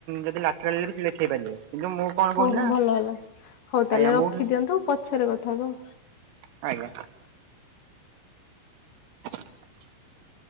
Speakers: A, on the right; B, on the left.
A: ଯଦି ଲାଟେରାଲ୍ ରେ ବି ଲେଖେଇ ପାରିବେ। କିନ୍ତୁ ମୁଁ କଣ
B: ହଉ
A: କହୁଛି ନା
B: ଭଲ ହେଲା। ହଉ ତାହେଲେ
A: ଆଜ୍ଞା
B: ରଖିଦିଅନ୍ତୁ
A: ମୁଁ
B: ପଛରେ କଥାହବା।
A: ଆଜ୍ଞା। <inaudible>